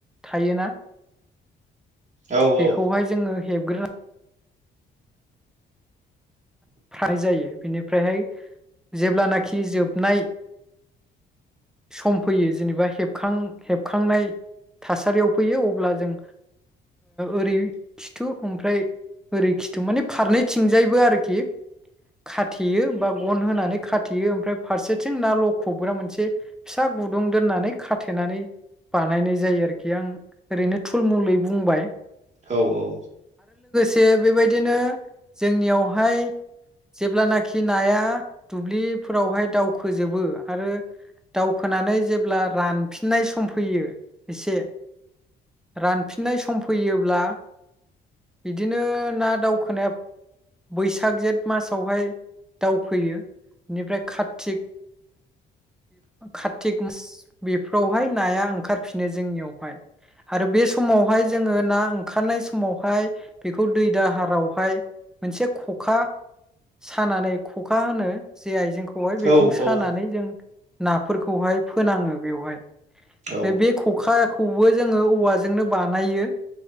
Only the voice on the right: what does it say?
औ
औ
औ औ
औ
औ
औ